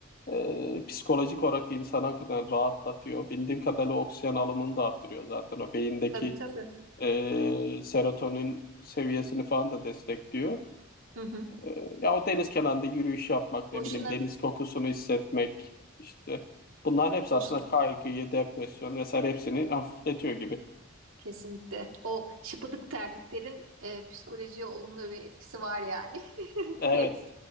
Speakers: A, on the left (about 45°); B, on the right (about 85°).
A: ee, psikolojik olarak insanı hakikaten rahatlatıyor. Bildiğim kadarıyla oksijen alımını da arttırıyor zaten. O beyindeki
B: Tabii tabii.
A: e, serotonin seviyesini falan da destekliyor.
B: Hı hı.
A: E, ya o deniz kenarında yürüyüş yapmak, ne
B: Boşuna,
A: bileyim deniz kokusunu hissetmek işte bunların hepsi
B: boşuna
A: aslında kaygıyı, depresyon vesaire hepsini hafifletiyor gibi.
B: Kesinlikle. O şıpıdık terliklerin e, psikolojiye olumlu bir etkisi var yani. <laughs>
A: Evet.
B: Net.